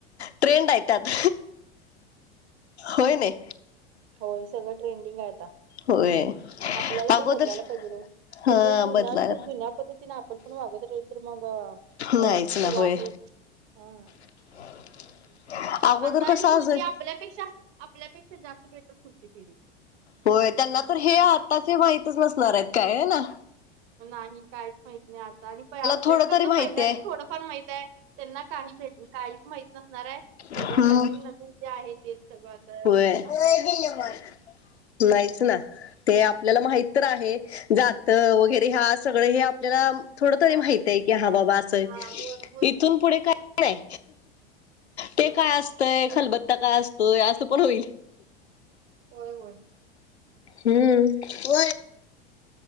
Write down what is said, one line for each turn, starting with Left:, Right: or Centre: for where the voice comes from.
Left: ट्रेंड आहे त्यात होय नाही.
Right: होय सगळं ट्रेंडिंग आहे आता
Left: होय
Right: आपल्याला
Left: अगोदर
Right: पण बदलायला पाहिजे ओ.
Left: हा
Right: तसच जुन्याच
Left: बदलाय
Right: जुन्या पद्धतीने आपण पण वागत राहील तर मग
Left: नाहीच
Right: अ
Left: ना
Right: पुढ
Left: होय
Right: आपली हम.
Left: <inaudible>
Right: आता
Left: कसं
Right: आणि पुढची
Left: असेल
Right: आपल्यापेक्षा आपल्यापेक्षा जास्त भेटल पुढची पिढी.
Left: होय त्यांना तर हे आताची माहतीच नसणार आहेत काय हे ना.
Right: नाही कायच माहत नाही आज आणि आपल्याला
Left: थोडं तरी
Right: कसं
Left: माहिती
Right: पहिल्या
Left: आहे.
Right: असं थोडंफार माहित आहे त्यांना काही भेट काहीच माहित नसत. असणार आहे सगळं
Left: हम्म.
Right: नवीन नवीन जे आहे तेच सगळं आता
Left: हो दिल
Right: चालू
Left: मग. नाहीच ना ते आपल्याला माहित तर आहे जात वगैरे ह्या सगळं हे आप आपल्याला थोड तरी
Right: हा
Left: माहितय की हा बाबा असंय
Right: हां. होय, होय
Left: इथून
Right: ना.
Left: पुढे काहीच नाय. ते काय असतय खलबत्ता काय असतोय असं पण होईल.
Right: होय होय.
Left: <unintelligible>